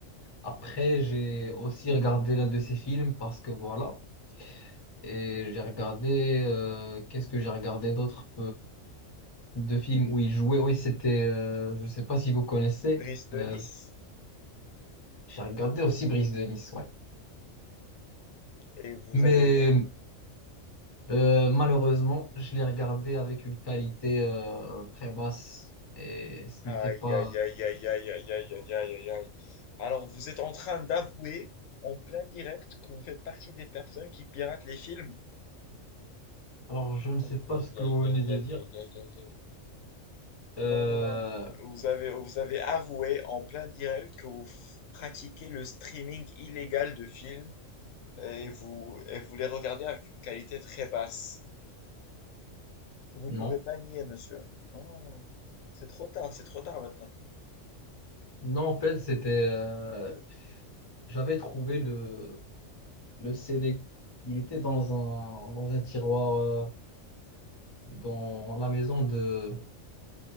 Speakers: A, on the left; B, on the left.
A: Après, j'ai aussi regardé l'un de ses films parce que voilà. Et j'ai regardé, euh, qu'est-ce que j'ai regardé d'autres de films où il jouait? Oui, c'était, euh, je sais pas si vous connaissez,
B: Brice de
A: euh,
B: Nice.
A: j'ai regardé aussi Brise de Nice, ouais.
B: Et vous
A: Mais
B: avez aimé?
A: euh, malheureusement, je l'ai regardé avec une qualité euh, très basse et ce
B: Aïe
A: n'était pas.
B: aïe aïe aïe aïe aïe aïe aïe aïe aïe aïe. Alors vous êtes en train d'avouer en plein direct que vous faites partie des personnes qui piratent les films?
A: Alors, je ne sais
B: Aïe
A: pas
B: aïe
A: ce que vous
B: aïe
A: venez
B: aïe
A: de
B: aïe aïe
A: dire.
B: aïe aïe aïe.
A: Euh,
B: Non, non, non. Vous avez, vous avez avoué en plein direct que vous f- pratiquez le streaming illégal de films et vous, et vous les regardez avec une qualité très basse. Vous
A: non.
B: pouvez pas nier, monsieur. Non, non, non. c'est trop tard, c'est trop tard maintenant.
A: Non, en fait, c'était. euh, J'avais trouvé le Le CD, il était dans un, dans un tiroir euh, dans la maison de